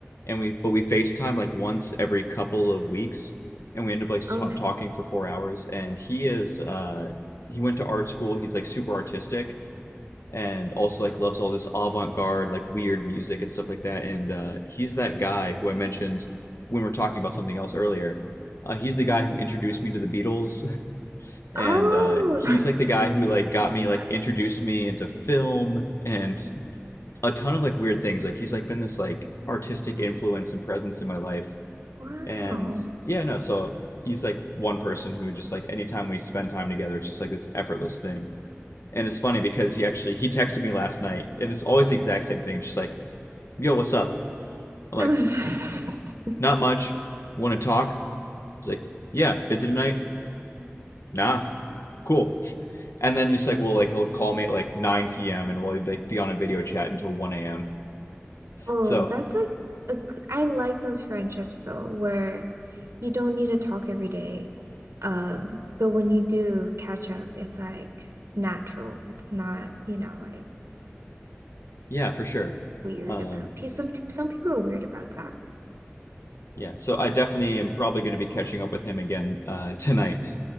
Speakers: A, on the left; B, on the right.
A: And we, but we FaceTime like once every couple of weeks. And we end up like
B: Oh,
A: ta-
B: nice.
A: talking for four hours. And he is, uh, he went to art school. He's like super artistic and also like loves all this avant-garde like weird music and stuff like that and uh, he's that guy who i mentioned when we are talking about something else earlier uh, he's the guy who introduced me to the beatles and
B: Oh,
A: uh, he's
B: <laughs> that's
A: like the guy
B: he's
A: who
B: the
A: like
B: Beatles
A: got me like
B: guy.
A: introduced me into film and a ton of like weird things like he's like been this like artistic influence and presence in my life
B: Wow.
A: and yeah no so he's like one person who just like anytime we spend time together it's just like this effortless thing and it's funny because he actually he texted me last night, and it's always the exact same thing. It's just like, "Yo, what's up?" I'm like,
B: <laughs>
A: "Not much. Want to talk?" He's like, "Yeah, busy tonight." Nah, cool. And then he's like, "Well, like he'll call me at like 9 p.m. and we'll like be on a video chat until 1 a.m."
B: Oh,
A: So
B: that's like a, g- I like those friendships though, where you don't need to talk every day. Um, but when you do catch up, it's like natural. It's not, you know, like
A: yeah, for sure.
B: weird
A: Um,
B: about pe Some some people are weird about that.
A: yeah, so I definitely am probably going to be catching up with him again uh, tonight. <laughs>